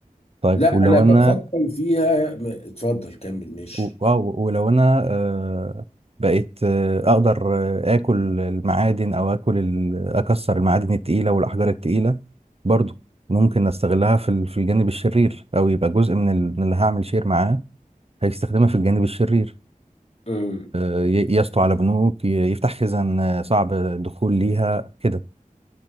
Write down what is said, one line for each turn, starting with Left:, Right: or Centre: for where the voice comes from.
Right: طيب
Left: لا
Right: ولو
Left: انا
Right: انا
Left: بفكر فيها م- اتفضل كمل ماشي
Right: و- آه، ولو انا آه، بقيت آه، اقدر آه، اكل المعادن او اكل ال- اكسر المعادن التقيله والاحجار التقيله برضو ممكن استغلها في ال- في الجانب الشرير او يبقى جزء من ال- من اللي هعمل شير معاه هيستخدمها في الجانب الشرير
Left: امم
Right: آه، ي- يسطو على بنوك ي- يفتح خزان آه، صعب الدخول ليها كده